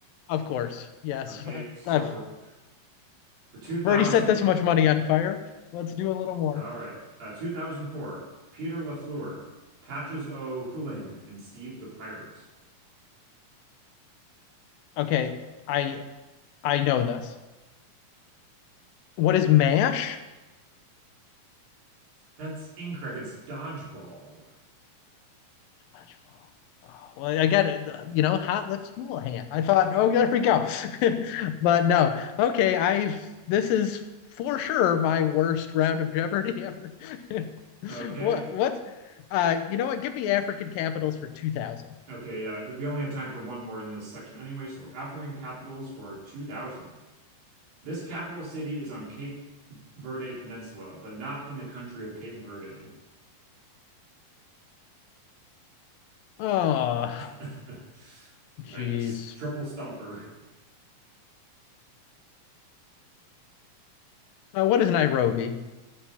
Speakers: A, on the left (about 85°); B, on the right (about 80°).
A: of course, yes.
B: Okay.
A: I-
B: So
A: I've
B: for for 2000,
A: already set this much money on fire. Let's do a little more.
B: all right. Uh, 2004, Peter LaFleur, Patches O'Houlihan, and Steve the Pirate.
A: Okay, I I know this. What is Mash?
B: That's incorrect. It's dodgeball.
A: Fudgefall. Oh, well, I got it. the- You know, Hot Lips Houlihan. I thought, oh, there we go. <laughs> But no, okay. I've this is for sure my worst round of Jeopardy ever. <laughs>
B: Okay.
A: What? What? Uh, you know what? Give me African capitals for 2000.
B: Okay. Yeah. we only have time for one more in this section anyway. So African capitals for 2000. This capital city is on Cape Verde Peninsula, but not in the country of Cape Verde.
A: Oh,
B: <laughs>
A: jeez.
B: Yikes. Triple stumper.
A: Uh, what is Nairobi?